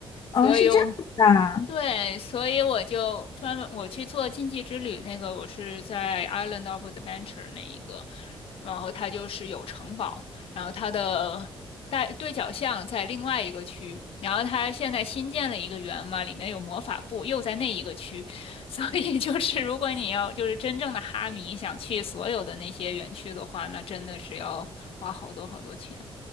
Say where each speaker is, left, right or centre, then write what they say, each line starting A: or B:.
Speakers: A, on the left (about 70°); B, on the left (about 45°).
A: 所以我
B: 哦，是这样子的啊
A: 对，所以我就专门我去做禁忌之旅那个，我是在 Island of Adventure 那一个，然后它就是有城堡，然后它的带对角巷在另外一个区，然后它现在新建了一个园嘛，里面有魔法部，又在那一个区，<laughs> 所以就是如果你要就是真正的哈迷想去所有的那些园区的话，那真的是要花好多好多钱。